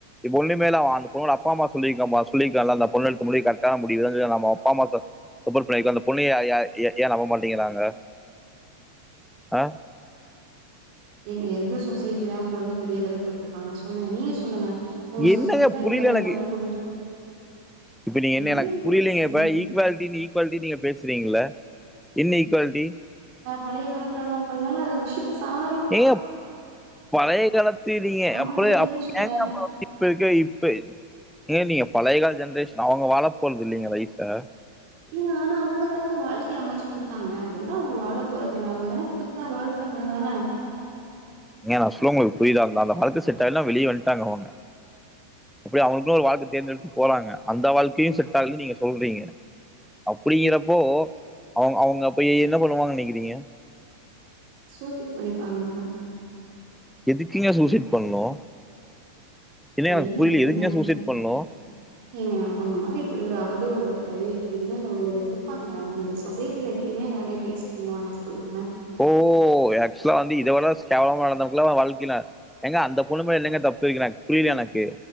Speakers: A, in the centre; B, on the right.
A: பொண்ணு மேல அந்த பொண்ணோட அப்பா அம்மா சொல்லிருக்க சொல்லிருக்கலால அந்த பொண்ணு முடிவு கரட்டான முடிவு நம்ப அப்பாமா சப்போட் பண்ண அந்த பொண்ண ஏ நம்ப மாட்டேங்கிறாங்க ஆஹ்
B: ஏங்க எந்த சொசைட்டி தா பொண்ணு பிரியறதக்கொத்துப்பாங்க சொல்லுங்க நீங்க சொல்லுங்க உங்க
A: என்னங்க
B: சொசைட்டில
A: புரியல
B: இப்ப அந்த
A: எனக்கு
B: பொண்ணு புரிஞ்சு
A: இப்ப நீங்க
B: என்னங்க
A: என்ன எனக் புரிலங்க
B: பேசுறீங்க
A: இப்ப ஈக்வாலிட்டி ஈக்வாலிட்டி நீங்க பேசுறீங்கள என்ன ஈக்வாலிட்டி
B: பழய காலத்துல உள்ளவங்களால அந்த விஷ்யத்த சாதா
A: ஏங்க பழய காலத்து நீங்க
B: நம்ம
A: அப்ப
B: ஜென்ரேஷன் வேற
A: இப்பருக்க இப்ப ஏங்க நீங்க பழைகால ஜென்ரேஷ் அவுங்க வாழ போறதில்லிங்க வயஸ
B: இங்க ஆனா அவங்கதானங்க வாழ்க்கய அமச்சி குடுத்தாங்க ஏன்னா அவுங்க வாழ போறதில்ல அவுங்கதானே குடுத்த வாழ்க்கதான
A: ஏங்க நா சொல்ல உங்களுக் புரியுதாருந்த அந்த வாழ்க செட் ஆள வெளிய வந்ட்டாங்க அவுங்க அப்டி அவுங்குனு ஒரு வாழ்க்க தேர்ந்தெடுத்து போறாங்க அந்த வாழ்க்கயும் செட் ஆகலனு நீங்க சொல்றீங்க அப்டிங்கிறப்போ அவுங்க அவுங்க போயி என்ன பண்ணுவாங்க நெனக்கிறீங்க
B: சூசைட் பண்ணிப்பாங்க
A: எதுக்கிங்க சூசைட் பண்ணு ஏன்னா எனக்கு
B: என்ன
A: புரியல
B: தெரிங்க
A: எதுக்குங்க சூசைட் பண்ணு
B: ஏங்க அவுங்க மாரி இப்டி ஒரு அவதூர் வந் வேற வழி எப்டிங்க <unintelligible> இருப்பாங்க ஆனா இந்த சொசைட்டில எப்டிங்க யாரையு பேசணு சொல்லுங்க
A: ஓ ஆக்சுலா வந்து இத விட கேவலமா நடந்தவங்குல்லா வாழ்க்கில ஏங்க அந்த பொண்ணு மேல என்னங்க தப்பு எனக்கு புரில எனக்கு